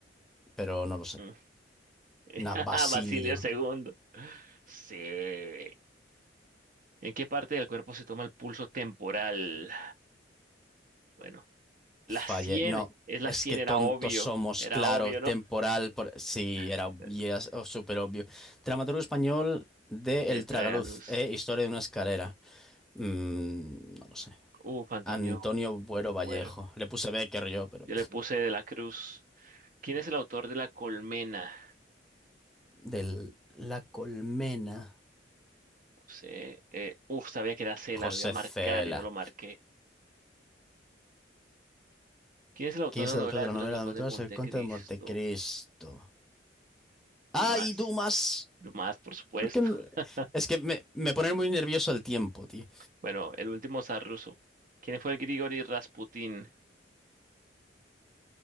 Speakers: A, in the centre; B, on the right.
A: pero no lo sé.
B: Mm. <laughs>
A: Na Basilio.
B: Basilio II. Sí. ¿En qué parte del cuerpo se toma el pulso temporal? Bueno, la
A: Fallé.
B: sien.
A: No,
B: Es la
A: es
B: sien,
A: que tontos
B: era obvio.
A: somos,
B: Era
A: claro,
B: obvio,
A: temporal.
B: ¿no?
A: Por... Sí, era
B: <laughs>
A: yes, oh, súper obvio. Dramaturgo español de
B: Te
A: El
B: trae
A: Tragaluz,
B: a luz.
A: eh, Historia de una escalera. Mm, no lo sé.
B: Uf, Antonio
A: Antonio Buero Vallejo.
B: Cuero.
A: Le puse Becker yo, pero.
B: Yo le puse De la Cruz. ¿Quién es el autor de La Colmena?
A: de La Colmena,
B: No sé. eh, uf, sabía que era Cela,
A: José
B: lo iba a marcar
A: Cela.
B: y no lo marqué. ¿Quién es el autor
A: ¿Quién
B: de
A: es
B: la
A: el
B: novela
A: autor
B: Aventuras
A: de la novela
B: del
A: de
B: Conde
A: Aventuras?
B: de Montecristo?
A: El Conte de Montecristo. ¡Ay,
B: Dumas.
A: Dumas!
B: Dumas, por supuesto.
A: ¿Por qué no?
B: <laughs>
A: Es que me, me pone muy nervioso el tiempo, tío.
B: Bueno, el último zar ruso. ¿Quién fue Grigori Rasputin?